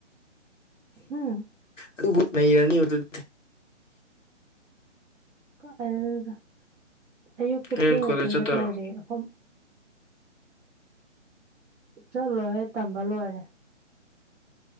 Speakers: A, in the centre; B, on the left.
A: ꯎꯝ
B: ꯑꯗꯨꯕꯨꯠ ꯅꯩꯔꯅꯤ ꯑꯗꯨꯗꯤ
A: ꯀꯥꯏꯗꯩꯅꯣꯗ ꯑꯌꯨꯛꯇ
B: ꯍꯌꯦꯡ
A: ꯊꯦꯡꯅ
B: ꯀꯣꯂꯦꯖ
A: ꯇꯨꯝꯒꯦ
B: ꯆꯠꯇꯣꯏꯔꯣ
A: ꯇꯧꯕꯁꯦ ꯑꯈꯣꯏ ꯆꯠꯂꯣꯍꯦ ꯇꯝꯕ ꯂꯣꯏꯔꯦ